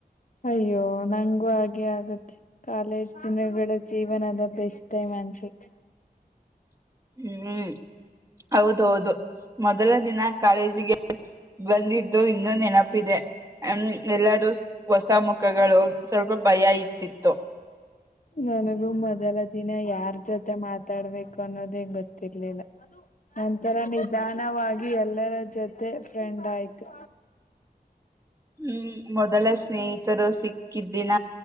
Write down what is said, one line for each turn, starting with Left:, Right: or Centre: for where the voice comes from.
Left: ಅಯ್ಯೋ ನಂಗೂ ಹಾಗೆ ಆಗುತ್ತೆ. ಕಾಲೇಜ್ ದಿನಗಳ ಜೀವನದ ಬೆಸ್ಟ್ ಟೈಮ್ ಅನ್ಸುತ್ತೆ.
Right: ಹ್ಮ್ ಹೌದ ಹೌದು ಮೊದಲ ದಿನ ಕಾಲೇಜಿಗೆ ಬಂದಿದ್ದು ಇನ್ನ ನೆನಪಿದೆ ಹ ಎಲ್ಲಾರೂ ಹೊಸ ಮುಖಗಳು ಸ್ವಲ್ಪ ಭಯ ಇತಿತ್ತು.
Left: ನನಗೂ ಮೊದಲ ದಿನ ಯಾರ್ ಜೊತೆ ಮಾತ್ ತಾಡ್ಬೇಕು ಅನ್ನೋದೇ ಗೊತ್ತಿರ್ಲಿಲ್ಲ. ನಂತರ ನಿಧಾನವಾಗಿ ಎಲ್ಲಾರ ಜೊತೆ ಫ್ರೆಂಡ್ ಆಯ್ತು.
Right: ಹ್ಮ್ ಮೊದಲ ಸ್ನೇಹಿತರು ಸಿಕ್ಕಿದ ದಿನ.